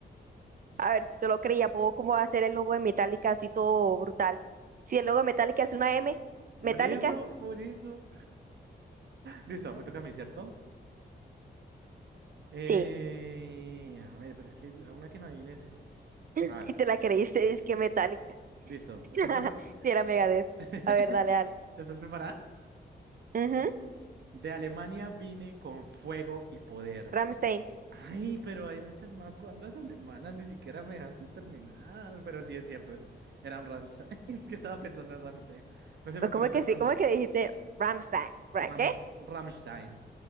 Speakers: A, on the right; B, on the right.
A: A ver si te lo creía, puedo cómo va a ser el logo de Metallica así todo brutal. Si el logo de Metallica es una M,
B: Por
A: Metallica,
B: eso, por eso. Listo, me toca a mí, ¿cierto? Eh,
A: sí.
B: a ver, pero es que a una que no adivines.
A: <laughs>
B: A
A: Y
B: ver,
A: te la creíste, es que Metallica.
B: listo. ¿Estás
A: <laughs>
B: preparada?
A: Si era Megadeth.
B: <laughs>
A: A ver, dale, dale.
B: ¿Estás preparada?
A: Ujú,
B: De Alemania vine con fuego y poder.
A: Rammstein.
B: Ay, pero hay muchas más bandas alemanas, ni siquiera me dejaste terminar. Pero sí es cierto, es, era un Rammstein. <laughs> Es que estaba pensando en Rammstein. No se me ocurrió
A: ¿Cómo es
B: nada
A: que
B: más.
A: sí? ¿Cómo es que dijiste Rammstein? Ra-
B: Rammes-
A: ¿Qué?
B: Rammstein.